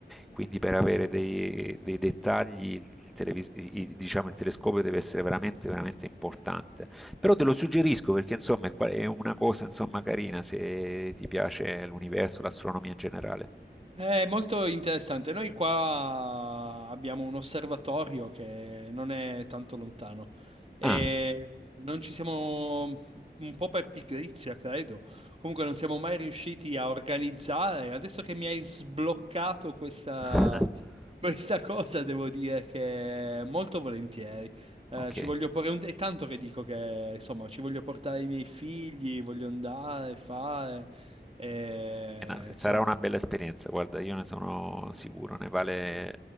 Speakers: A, in the centre; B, on the right.
A: quindi per avere dei, dei dettagli il, il televis- il- diciamo, il telescopio deve essere veramente, veramente importante. Però te lo suggerisco perché insomma è, qua- è una cosa insomma, carina se ti piace l'universo, l'astronomia in generale.
B: È molto interessante. Noi qua abbiamo un osservatorio che non è tanto lontano e
A: Ah,
B: non ci siamo, un po' per pigrizia, credo. Comunque non siamo mai riusciti a organizzare. Adesso che mi hai sbloccato questa,
A: <laughs>
B: questa cosa, devo dire che molto volentieri. Eh,
A: ok.
B: ci voglio porre un... È tanto che dico che, insomma, ci voglio portare i miei figli, voglio andare, fare, e,
A: È una- Sarà
B: insomma.
A: una bella esperienza, guarda, io ne sono sicuro, ne vale